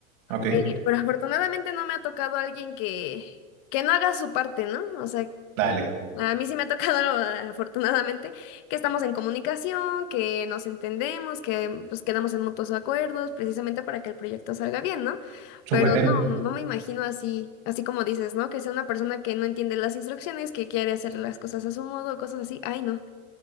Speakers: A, on the right; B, on the left.
A: ok,
B: Eh, pero afortunadamente no me ha tocado alguien que, que no haga su parte, ¿no? O sea,
A: dale,
B: mm, a mí sí me ha tocado, <laughs> afortunadamente, que estamos en comunicación, que nos entendemos, que pues quedamos en mutuos acuerdos, precisamente para que el proyecto salga bien, ¿no?
A: súper
B: Pero
A: bien.
B: no, no no me imagino así, así como dices, ¿no? Que sea una persona que no entiende las instrucciones, que quiere hacer las cosas a su modo, cosas así. Ay, no.